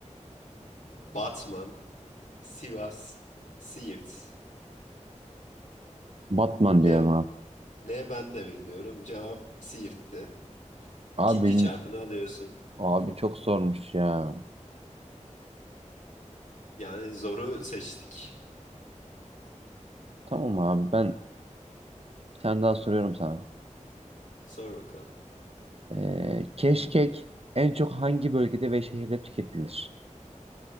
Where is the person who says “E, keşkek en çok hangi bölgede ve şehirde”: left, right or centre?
Right